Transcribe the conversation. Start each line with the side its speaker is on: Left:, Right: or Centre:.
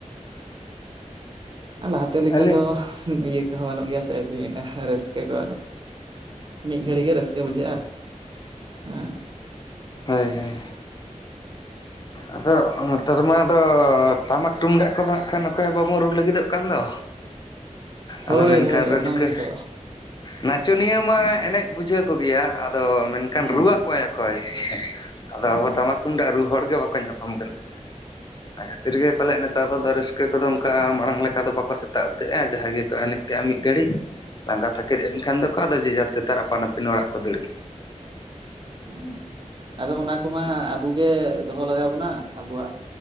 Right: ᱞᱟᱦᱟᱛᱮ ᱞᱮᱠᱟ
Left: ᱟᱹᱞᱤᱧ
Right: ᱫᱚ ᱤᱭᱟᱹ ᱦᱚᱸ ᱵᱟᱹᱱᱩᱜ ᱜᱮᱭᱟ ᱥᱮ ᱨᱟᱹᱥᱠᱟᱹ ᱠᱚ ᱢᱤᱫ ᱜᱷᱟᱹᱲᱤ ᱜᱮ ᱨᱟᱹᱥᱠᱟᱹ ᱵᱩᱡᱷᱟᱹᱜᱼᱟ᱾ ᱦᱮᱸ
Left: ᱦᱳᱭ ᱦᱳᱭ ᱟᱫᱚ ᱱᱚᱛᱮᱨᱮᱢᱟ ᱟᱫᱚ ᱴᱟᱢᱟᱠ ᱴᱩᱢᱫᱟᱜ ᱠᱚᱫᱚ ᱦᱟᱸᱜ ᱠᱷᱟᱱ ᱚᱠᱚᱭ ᱦᱚᱸ ᱵᱟᱢᱚᱱ ᱨᱩ ᱞᱟᱹᱜᱤᱫᱚᱜ ᱠᱟᱱ ᱫᱚ
Right: ᱦᱳᱭ
Left: ᱟᱫᱚ ᱢᱮᱱᱠᱷᱟᱱ
Right: ᱦᱳᱭ
Left: ᱨᱟᱹᱥᱠᱟᱹ
Right: ᱚᱱᱟ ᱜᱮᱛᱚ
Left: ᱱᱟᱪᱚᱱᱤᱭᱟᱹ ᱢᱟ
Right: ᱦᱩᱸ
Left: ᱮᱱᱮᱡ ᱵᱩᱡᱷᱟᱹᱣ ᱠᱚᱜᱮᱭᱟ ᱟᱫᱚ ᱢᱮᱱᱠᱷᱟᱱ
Right: ᱦᱩᱸ
Left: ᱨᱩᱣᱟᱹᱠᱚᱼᱟᱭ ᱚᱠᱚᱭ ᱟᱫᱚ
Right: ᱦᱩᱸ
Left: ᱟᱵᱚ ᱴᱟᱢᱟᱠ ᱛᱩᱢᱫᱟᱜ ᱨᱩ ᱦᱚᱲ ᱜᱮ ᱵᱟᱠᱚ ᱧᱟᱯᱟᱢ ᱠᱟᱱᱟ ᱚᱱᱟ ᱠᱷᱟᱹᱛᱤᱨ ᱜᱮ ᱯᱟᱞ ᱱᱮᱛᱟᱨ ᱫᱚ ᱨᱟᱥ ᱯᱠᱟᱹ ᱠᱚᱫᱚ ᱚᱱᱠᱟ ᱢᱟᱲᱟᱝ ᱞᱮᱠᱟ ᱫᱚ ᱵᱟᱠᱚ ᱥᱮᱛᱟᱜ ᱩᱛᱟᱹᱨᱼᱟ ᱡᱟᱦᱟᱸᱭ ᱜᱮᱠᱚ ᱮᱱᱮᱡ ᱠᱮᱜᱼᱟ ᱢᱤᱫ ᱜᱷᱟᱹᱲᱤᱡᱽ ᱞᱟᱸᱜᱟ ᱛᱷᱟᱠᱮᱫ ᱮᱱᱠᱷᱟᱱ ᱫᱚᱠᱚ ᱟᱫᱚ ᱡᱮᱡᱟ ᱛᱮᱛᱟᱨ ᱟᱯᱟᱱ ᱟᱹᱯᱤᱱ ᱚᱲᱟᱜ ᱠᱚ ᱫᱟᱹᱲ ᱠᱮᱜᱼᱟ᱾
Right: ᱩᱸ ᱟᱫᱚ ᱚᱱᱟ ᱠᱚᱢᱟ
Left: ᱟᱫᱚ
Right: ᱟᱵᱚ ᱜᱮ ᱫᱚᱦᱚ ᱞᱟᱜᱟᱣ ᱵᱚᱱᱟ ᱟᱵᱚᱣᱟᱜ